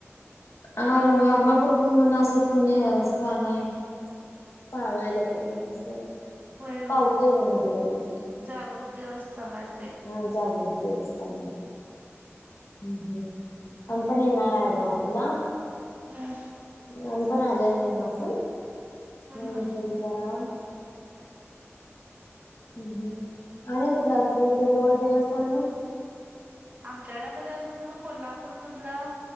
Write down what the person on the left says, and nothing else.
अरे वा आदमापूर म्हण असं पुण्य स्थान आहे. पावायला तरी म्हणे असं
पावतय
म्हणे देवल ते.
नाय जागृत देवस्थान, ह् ह् आम्ही पण येणार आहे आदमापूरला.
आमी पण आलेल नाही अजून म्हणून
म्हणलं विचारावं. हम् आणि कुठला अस इथे जवळ देवस्थान मग?